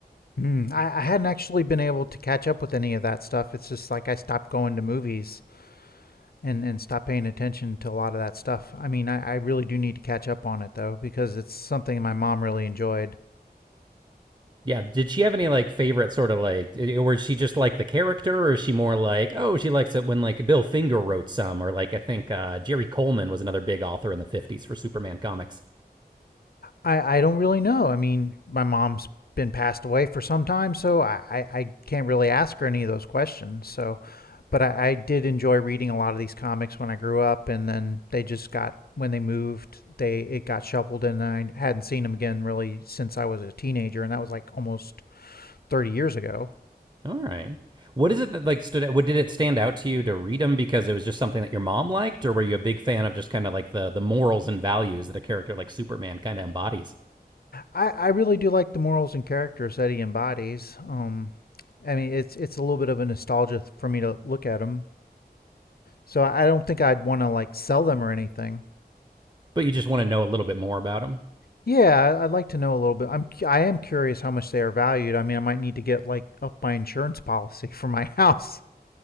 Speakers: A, on the left; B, on the right.
A: Hmm. I, I hadn't actually been able to catch up with any of that stuff. It's just like I stopped going to movies and and stopped paying attention to a lot of that stuff. I mean, I, I really do need to catch up on it though because it's something my mom really enjoyed.
B: Yeah, did she have any like favorite sort of like, or is she just like the character, or is she more like, oh, she likes it when like Bill Finger wrote some, or like I think uh, Jerry Coleman was another big author in the 50s for Superman comics.
A: I, I don't really know. I mean, my mom's been passed away for some time, so I, I, I can't really ask her any of those questions. So, but I, I did enjoy reading a lot of these comics when I grew up, and then they just got when they moved, they it got shuffled, and I hadn't seen them again really since I was a teenager, and that was like almost thirty years ago.
B: All right. What is it that like stood? out? What did it stand out to you to read them because it was just something that your mom liked, or were you a big fan of just kind of like the the morals and values that a character like Superman kind of embodies?
A: I, I really do like the morals and characters that he embodies. Um, I mean, it's it's a little bit of a nostalgia for me to look at them. So I I don't think I'd want to like sell them or anything.
B: but you just want to know a little bit more about them.
A: Yeah, I- I'd like to know a little bit. I'm cu- I am curious how much they are valued. I mean, I might need to get like up my insurance <laughs> policy for my <laughs> house.